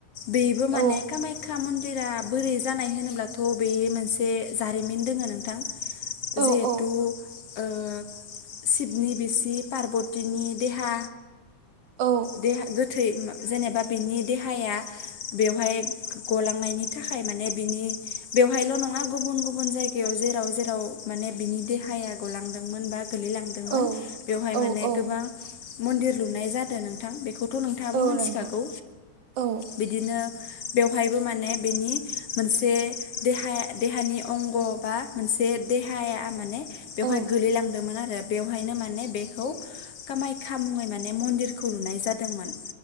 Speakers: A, on the left; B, on the right.
A: बिबो माने
B: औ
A: कामाख्या मन दिरा बोरै जानाय होनोब्लाथ' बे मोनसे जारिमिन दोङो नोंथां।
B: औ
A: जिहेथु
B: औ
A: ओ सिबनि बिसि पार्तिनि देहा
B: औ
A: देहा थै जेनेबा बिनि देहाया बेवहाय गलांनायनि थाखाय माने बिनि बेवहायल' नङा गुबुन गुबुन जायगायाव जेराव जेराव माने बिनि देहाया गलांदोंमोन बा गोलै
B: औ
A: बेवहाय माने
B: औ
A: गोबां मन्दिर लुनाय जादों नोंथां बेखौ थ' नोंथाङाबो
B: औ
A: मिथिखागौ
B: नोंथां औ
A: बिदिनो बेवहायबो माने बेनि मोनसे देहाया देहानि अंग बा मोनसे बे देहाया माने बेवहाय
B: औ
A: गोलैलांदोंमोन आरो बेवहायनो मा माने बेखौ कामाख्या मुङै माने मन्दिरखौ लुनाय जादोंमोन।